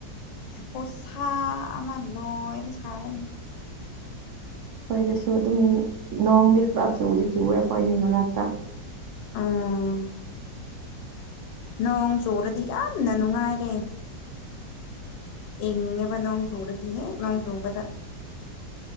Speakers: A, on the left; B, on the right.
A: ꯄꯣ ꯁꯥ ꯑꯃ ꯂꯣꯏꯅ ꯁꯥꯕꯅꯤ
B: ꯑꯩꯈꯣꯏꯗꯁꯨ ꯑꯗꯨꯝ ꯅꯣꯡꯗꯤ ꯈꯔ ꯆꯨꯗꯤ ꯆꯨꯋꯦ ꯑꯩꯈꯣꯏꯗꯤ ꯃꯔꯛꯇ
A: ꯑꯥ ꯅꯣꯡ ꯆꯨꯨꯔꯗꯤ ꯌꯥꯝꯅ ꯅꯨꯡꯉꯥꯏꯔꯦ ꯏꯡꯉꯦꯕ ꯅꯣꯡ ꯆꯨꯔꯗꯤ ꯍꯦꯛ ꯅꯣꯡ ꯆꯨꯕꯗ